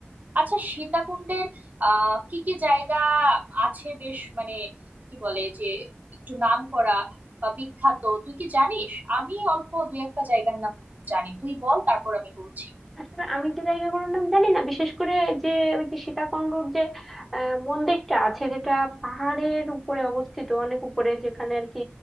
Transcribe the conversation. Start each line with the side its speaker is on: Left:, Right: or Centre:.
Right: আচ্ছা সীতাকুণ্ডের আহ কি কি জায়গা আছে বেশ মানে কি বলে যে একটু নাম করা বা বিখ্যাত তুই কি জানিস আমি অল্প দুই একটা জায়গার নাম জানি তুই বল তারপর আমি বলছি
Centre: আসলে আমি যে জায়গাগুলোর নাম জানি না বিশেষ করে যে ওই যে সীতাকুণ্ডুর যে আহ, মন্দিরটা আছে যেটা পাহাড়ের উপরে অবস্থিত অনেক উপরে যেখানে আর কি